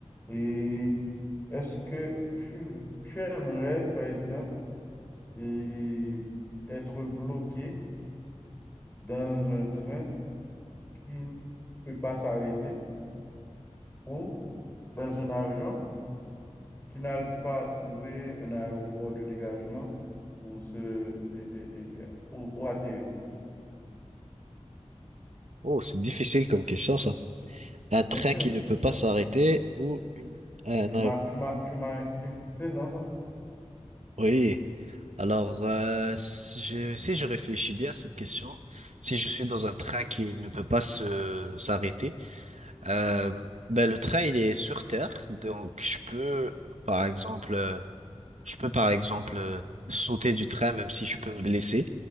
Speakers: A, on the left (about 20°); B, on the right (about 70°).
A: Et est-ce que tu, tu aimerais, par exemple, et être bloqué dans un train qui ne peut pas s'arrêter ou dans un avion qui n'arrive pas à trouver un aéroport de dégagement pour se, et- et- et- et- pour, pour atterrir.
B: Oh, c'est difficile comme question, ça. Un train
A: Bien sûr,
B: qui ne peut
A: bien
B: pas
A: sûr.
B: s'arrêter ou une... un
A: Tu
B: aé-
A: m'as, tu m'as, tu m'as influencé, non?
B: Oui. Alors, euh, si je, si je réfléchis bien à cette question, si je suis dans un train qui ne peut pas se s'arrêter, euh, ben le train il est sur terre, donc je peux, par exemple, euh, je peux par exemple euh, sauter du train même si je peux me blesser,